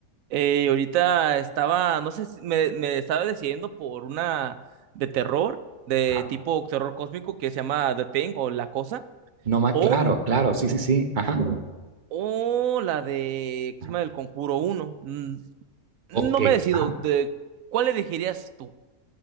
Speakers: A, on the right; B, on the right.
A: Eh, ahorita estaba, no sé, si- me, me estaba decidiendo por una de terror, de
B: Ajá.
A: tipo terror cósmico que se llama The Thing o La Cosa,
B: No más,
A: o,
B: claro, claro, sí, sí, sí. Ajá.
A: o la de, ¿qué
B: Ajá.
A: se llama? El Conjuro uno. Mm, No
B: Ok,
A: me decido,
B: ajá.
A: de, ¿cuál elegirías tú?